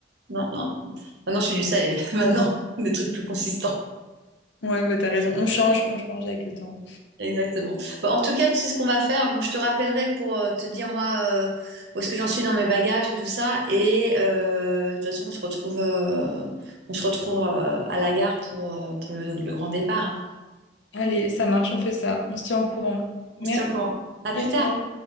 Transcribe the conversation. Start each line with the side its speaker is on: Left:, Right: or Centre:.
Right: Non, non. Maintenant, je fais du salé. <laughs> Maintenant, des trucs plus consistants.
Left: Ouais, bah t'as raison. On change, on change avec le temps.
Right: Exactement. Bon, en tout cas, tu sais ce qu'on va faire. Bon, je te rappellerai pour euh, te dire moi euh, où est-ce que j'en suis dans mes bagages et tout ça. Et euh, de toute façon, on se retrouve, euh, on se retrouve euh, à la gare pour, euh, pour le, le grand départ. hein.
Left: Allez, ça marche, on fait ça. On se tient au courant. Merci,
Right: On se tient au courant. À plus
Left: ciao.
Right: tard.
Left: ciao.